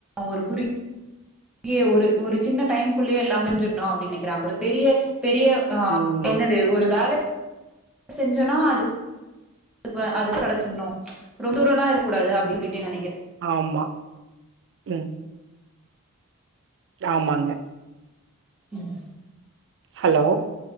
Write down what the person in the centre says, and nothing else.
ஒரு குறி யே ஒரு ஒரு சின்ன டைம்குள்ளையே எல்லா முடிஞ்சிருணு அப்டின்னு நெனைக்றாங் ஒரு பெரிய பெரிய அஹ
என்னது ஒரு வேல செஞ்சனா அது வ அ அது கிடைச்சிடுனு ரொண்டுரல்லா இருக்கூடாது அப்டி சொல்லிட்டு நெனைக்கி
உம்